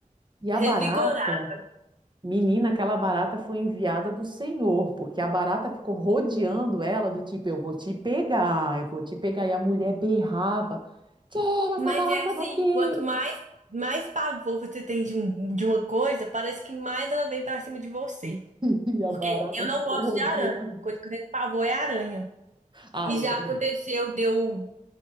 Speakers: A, on the right (about 35°); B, on the right (about 60°).
A: E
B: revigorado.
A: a barata, menina, aquela barata foi enviada do Senhor, porque a barata ficou rodeando ela, do tipo, eu vou te pegar, eu vou te pegar. E a mulher berrava, tira essa
B: Mas
A: barata
B: é assim,
A: daqui!
B: quanto mais mais pavor você tem de, um, de uma coisa, parece que mais ela vem pra cima de você.
A: <laughs> E a
B: Porque
A: barata
B: eu
A: ficou
B: não gosto
A: rodeando.
B: de aranha. A coisa que eu tenho pavor é aranha.
A: Ah,
B: E
A: eu
B: já
A: também.
B: aconteceu, deu